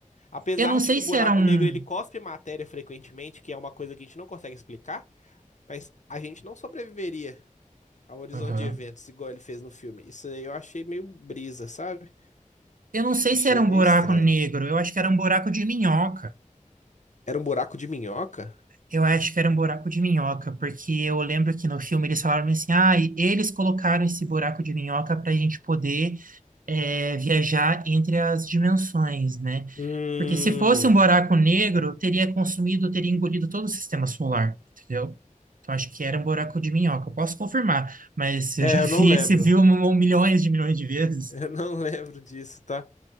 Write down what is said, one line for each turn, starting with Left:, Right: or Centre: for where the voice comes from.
Left: Apesar
Right: Eu não sei
Left: de que o
Right: se
Left: buraco
Right: era um.
Left: negro ele cospe matéria frequentemente, que é uma coisa que a gente não consegue explicar, mas a gente não sobreviveria ao horizonte
Right: Aham.
Left: de eventos igual ele fez no filme. Isso aí eu achei meio brisa, sabe?
Right: Eu não sei
Left: Achei
Right: se era
Left: meio
Right: um buraco
Left: estranho.
Right: negro. Eu acho que era um buraco de minhoca.
Left: Era um buraco de minhoca?
Right: Eu acho que era um buraco de minhoca, porque eu lembro que no filme eles falaram assim: ah, e eles colocaram esse buraco de minhoca para a gente poder é, viajar entre as dimensões, né?
Left: Hum,
Right: Porque se fosse um buraco negro, teria consumido, teria engolido todo o sistema solar, entendeu? Então acho que era um buraco de minhoca. Eu posso confirmar, mas eu
Left: é,
Right: já vi
Left: eu não lembro.
Right: esse filme um milhões de milhões de vezes.
Left: Eu não <laughs> lembro disso, tá?